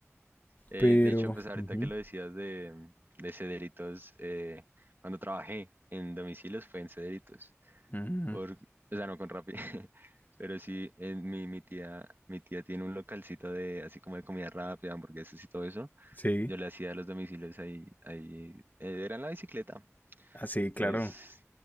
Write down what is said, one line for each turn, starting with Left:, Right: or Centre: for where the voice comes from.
Right: Eh,
Left: Pero...
Right: de hecho, pues ahorita
Left: ujú,
Right: que lo decías de, de Cederitos, eh, cuando trabajé en domicilios fue en Cederitos,
Left: ujú,
Right: porque, o sea, no con Rappi, <laughs> pero sí, en mi, mi tía, mi tía tiene un localcito de, así como de comida rápida, hamburguesas y todo eso,
Left: Sí,
Right: yo le hacía los domicilios ahí, ahí, eh, era en la bicicleta,
Left: así, claro.
Right: entonces,